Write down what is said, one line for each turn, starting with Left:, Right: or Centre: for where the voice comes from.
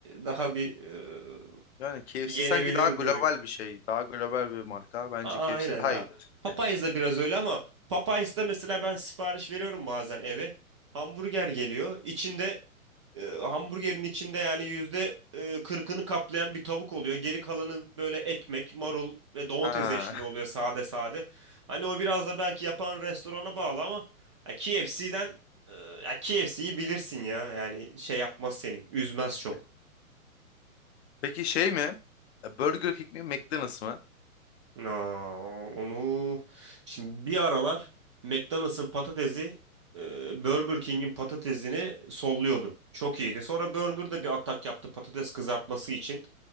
Right: daha bir e,
Left: Yani KFC
Right: yenebilir
Left: sanki daha global bir şey. Daha global bir marka. Bence
Right: Aynen
Left: KFC daha
Right: ya.
Left: iyidir.
Right: Popeyes de biraz öyle ama Popeyes'te mesela ben sipariş veriyorum bazen eve. Hamburger geliyor. İçinde e, hamburgerin içinde yani yüzde e, kırkını kaplayan bir tavuk oluyor. Geri kalanı böyle ekmek, marul ve domates
Left: Ha.
Right: eşliğinde oluyor sade sade. Hani o biraz da belki yapan restorana bağlı ama ya KFC'den e, ya KFC'yi bilirsin ya. Yani şey yapmaz seni. Üzmez çok.
Left: <laughs> Peki şey mi? E, Burger King mi? McDonald's mı?
Right: Aa, onu şimdi bir aralar McDonald's'ın patatesi e, Burger King'in patatesini solluyordu. Çok iyiydi. Sonra Burger da bir atak yaptı patates kızartması için.